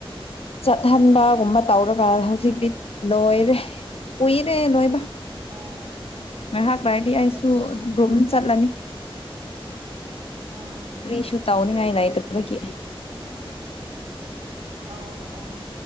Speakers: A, on the left; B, on the right.
A: ꯆꯠꯍꯟꯕꯒꯨꯝꯕ ꯇꯧꯔꯒ ꯍꯧꯖꯤꯛꯇꯤ ꯂꯣꯏꯔꯦ ꯀꯨꯏꯔꯦ ꯂꯣꯏꯕ
B: ꯑꯣ
A: ꯉꯥꯏꯍꯥꯛ ꯂꯩꯔꯗꯤ ꯑꯩꯁꯨ
B: ꯆꯠꯆꯥ
A: ꯔꯨꯝ ꯆꯠꯂꯅꯤ
B: ꯑꯥ
A: ꯀ꯭ꯔꯤꯁꯨ ꯇꯧꯅꯤꯡꯉꯥꯏ ꯂꯩꯇꯕꯒꯤ
B: ꯑꯧ ꯑꯣ